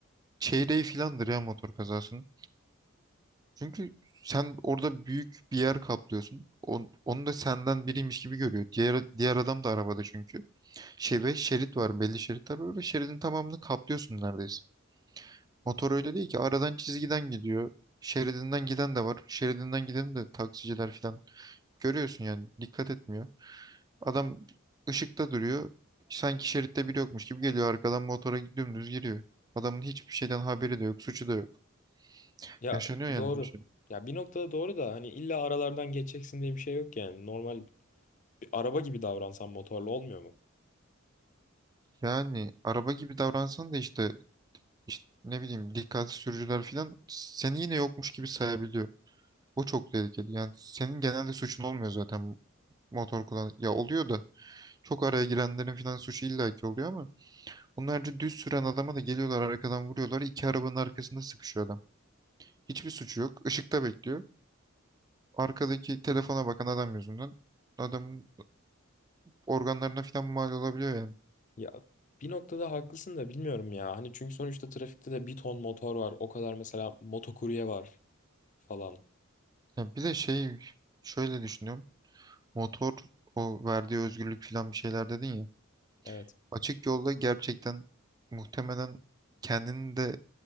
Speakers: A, on the right (about 20°); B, on the left (about 40°).
A: çeyreği filandır ya motor kazasının. Çünkü sen orada büyük bir yer kaplıyorsun. On, onu da senden biriymiş gibi görüyor. Diğer, diğer adam da arabada çünkü. Şey ve şerit var, belli şeritler var ve şeridin tamamını kaplıyorsun neredeyse. Motor öyle değil ki aradan çizgiden gidiyor. Şeridinden giden de var. Şeridinden giden de taksiciler filan. Görüyorsun yani dikkat etmiyor. Adam ışıkta duruyor. Sanki şeritte biri yokmuş gibi geliyor arkadan motora dümdüz giriyor. Adamın hiçbir şeyden haberi de yok, suçu da yok.
B: Ya
A: Yaşanıyor yani
B: doğru.
A: bir
B: Ya bir noktada doğru da hani illa aralardan geçeceksin diye bir şey yok yani. Normal bir araba gibi davransan motorla olmuyor mu?
A: Yani araba gibi davransan da işte, işte ne bileyim dikkatsiz sürücüler falan seni yine yokmuş gibi sayabiliyor. O çok tehlikeli. Yani senin genelde suçun olmuyor zaten motor kullan. Ya oluyor da çok araya girenlerin falan suçu illaki oluyor ama onlarca düz süren adama da geliyorlar arkadan vuruyorlar. İki arabanın arkasında sıkışıyor adam. Hiçbir suçu yok. Işıkta bekliyor. Arkadaki telefona bakan adam yüzünden adamın organlarına falan mal olabiliyor yani.
B: Ya bir noktada haklısın da bilmiyorum ya. Hani çünkü sonuçta trafikte de bir ton motor var. O kadar mesela motokurye var falan.
A: Ya bir de şey şöyle düşünüyorum. Motor o verdiği özgürlük falan bir şeyler dedin ya.
B: Evet.
A: Açık yolda gerçekten muhtemelen kendini de